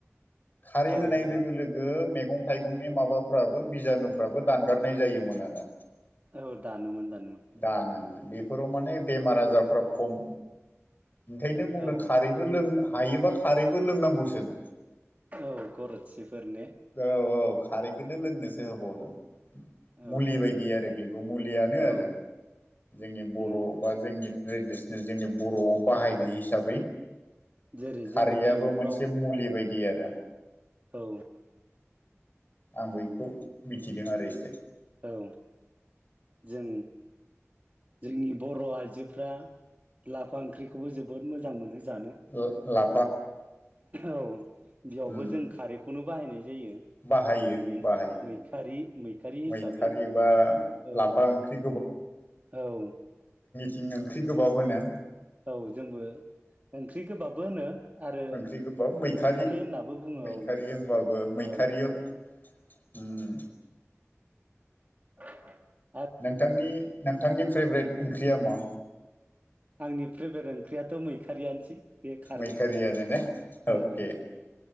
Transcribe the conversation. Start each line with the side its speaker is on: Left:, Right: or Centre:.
Left: खारै
Right: औ
Left: होनाय
Right: औ
Left: लोगो लोगो मैगं थाइगंनि माबा फाबो बिजानुफ्राबो दानगारनाय जायोमोन आरो।
Right: औ दानोमोन द
Left: दानोमोन बेफोराव माने बेमार आजारफ्रा खम ओंखायनो बुंनो
Right: औ
Left: खारैबो लों हायोबा खारैबो लोंनांगौसो नों
Right: औ गरसेफोर ने?
Left: औ औ खारैखौनो लोंनोसो होबावदों
Right: औ
Left: मुलि बायदि आरो बेबो मुलियानो
Right: औ
Left: आरो। जोंनि बर'
Right: उम
Left: बा जोंनि ट्रेडिसनेल जोंनि बर'आव बाहायनाय हिसाबै
Right: जेरै
Left: खारैयबो
Right: जोंनि बिबुफ्राव
Left: मोनसे मुलि बायदि आरो।
Right: औ
Left: आं बैखौ मिथिदों आरो एसे
Right: औ जों जोंनि बर' आइजोफ्रा लाफा ओंख्रिखौबो जोबोद मोजां मोनो। जानो
Left: ला
Right: औ बेयावबो
Left: उम
Right: जों खारैखौनो बाहायनाय जायो।
Left: बाहायो
Right: ै
Left: बाहायो
Right: मैखारि मैखारि हिसाबै
Left: मैखारि बा लाफा
Right: औ
Left: ओंख्रि
Right: औ
Left: थिं ओंख्रि गोबाव होनो
Right: औ जोंबो ओंख्रि गोबाबबो होनो। आरो
Left: ओंख्रि गोबाव मैखारि
Right: होननाबो बुङो
Left: मैखारि
Right: औ
Left: होनबाबो मैखारियाव
Right: औ
Left: उ
Right: <unintelligible>
Left: नोंथांनि नोंथांनि फेभ्रेट ओंख्रिया मा?
Right: आंनि फ्रेभ्रेट ओंख्रियाथ' मैखारियानोसै। बे खारै
Left: मैखारियानो
Right: ओंख्रि
Left: न अके।
Right: औ